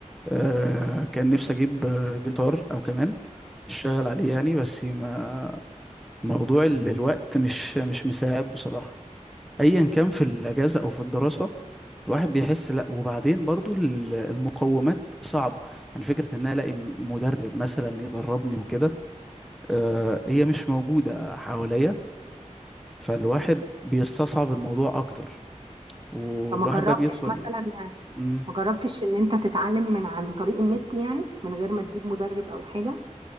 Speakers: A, in the centre; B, on the right.
A: آه، كان نفسي اجيب آه، جيتار او كمان اشتغل عليه يعني بس ما موضوع ال- الوقت مش مش مساعد بصراحة ايا كان في الاجازة او في الدراسة الواحد بيحس لا وبعدين برضو ال- المقومات صعبة يعني فكرة ان انا الاقي مدرب مثلا يدربني وكده آه، هي مش موجودة حواليا فالواحد بيستصعب الموضوع اكتر والواحد
B: فما جربتش
A: بقى بيدخل
B: مثلا
A: مم.
B: ما جربتش ان انت تتعلم من عن طريق النت يعني من غير ما تجيب مدرب او حاجة